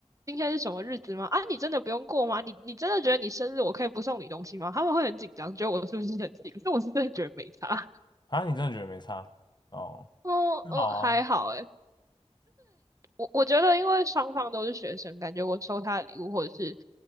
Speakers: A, on the right (about 30°); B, on the left (about 40°).
A: 今天是什么日子吗？啊你真的不用过吗？你你真的觉得你生日我可以不送你东西吗？他们会很紧张，觉得我是不是生气？可是我是真的觉得没差。
B: 啊。你真的觉得没差哦？
A: 哦哦还好诶，
B: 那好啊，
A: 我我觉得，因为双方都是学生，感觉我收他的礼物，或者是